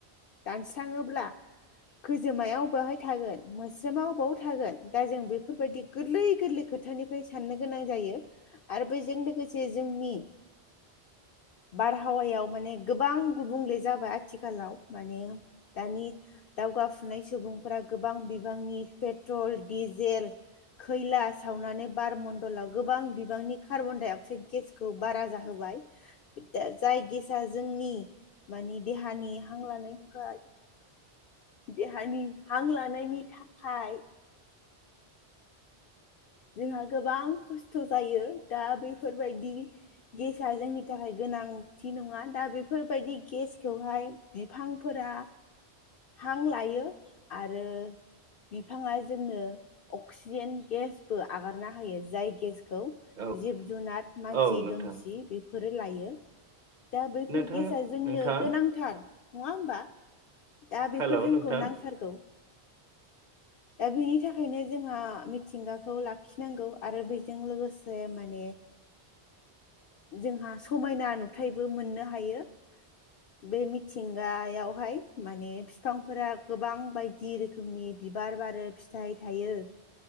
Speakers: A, on the left (about 60°); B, on the right (about 45°).
A: दानस्राङोब्ला खोजोमाया अबाहाय थागोन मोस्रोमा अबाव थागोन दा जों बे बेफोरबायदि गोरलै गोरलै खोथानिफ्राय साननो गोनां जायो आरो बेजों लोगोसे जोंनि बारहावायाव माने गोबां गुबुंले जाबाय आथिखालाव माने दानि दावगाफुनाय सुबुंफोरा गोबां बिबांनि पेट्रल डिजेल खैला सावनानै बारमणडलाव गोबां बिबांनि कार्बन डाइ अक्साइद गेसखौ बारा जाहोबाय दा जाय गेसआ जोंनि मानि देहानि हां लानायनि थाखाय देहानि हां लानायनि थाखाय जोंहा गोबां खस्थ जायो दा बेफोरबायदि गेसाआ जोंनि थाखाय गोनांथि नङा दा बेफोरबायदि गेसखौहाय बिफांफोरा हां लायो आरो बिफाङा जोंनो अक्सिजेन गेस बो आगारना होायो जाय गेसखौ
B: औ
A: जिब जुनार मानसि
B: औ नोंथां
A: दुमसि फोरो लायो दा बैफोर
B: नोंथां
A: गेस जोंनो
B: नोंथां
A: गोनांथार नङा होमबा दा बेफोर
B: हेलौ
A: जोंखौ
B: नोंथां
A: नांथारगौ दा बेनि थाखायनो जोंहा मिथिंगाखौ लाखिनांगौ आरो बे जों लोगोसे मान जोंहा समायना नुथाय बो मोननो हायो बे मिथिंगायावहाय माने फिफांफोरा गोबां बायदि रोखोमनि बिबार बारो फिथाइ थायो